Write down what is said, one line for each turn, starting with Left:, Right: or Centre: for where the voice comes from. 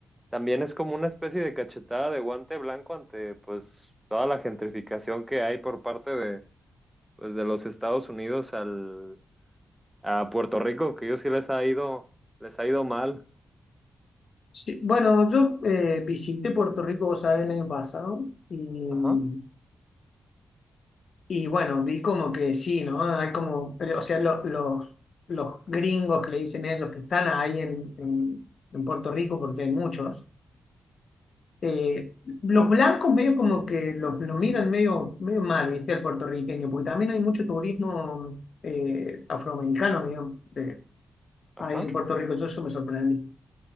Centre: también es como una especie de cachetada de guante blanco ante pues toda la gentrificación que hay por parte de pues de los Estados Unidos al a Puerto Rico, que ellos sí les ha ido, les ha ido mal.
Left: sí, bueno, yo eh, visité Puerto Rico, vos sabés, el año pasado y,
Centre: Ajá,
Left: y bueno, vi como que sí, ¿no? Hay como, eh, o sea, lo- los, los gringos que le dicen ellos que están ahí en en- en Puerto Rico, porque hay muchos eh, los blancos medio como que los, los miran medio, medio mal, ¿viste? Al puertorriqueño, porque también hay mucho turismo eh, afroamericano, digamos, de-
Centre: ajá,
Left: ahí en Puerto Rico, yo eso me sorprendí.